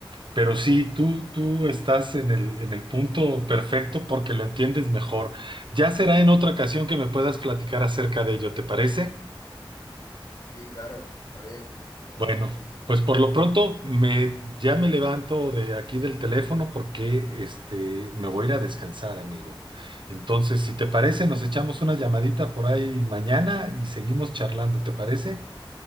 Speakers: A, on the right (about 60°); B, on the left (about 45°).
A: Pero sí, tú, tú estás en el, en el punto perfecto porque lo entiendes mejor. Ya será en otra ocasión que me puedas platicar acerca de ello, ¿te parece?
B: Sí, claro, está bien, perfecto.
A: Bueno, pues por lo pronto me, ya me levanto de aquí del teléfono porque este, me voy a ir a descansar, amigo. Entonces, si te parece, nos echamos una llamadita por ahí mañana y seguimos charlando, ¿te parece?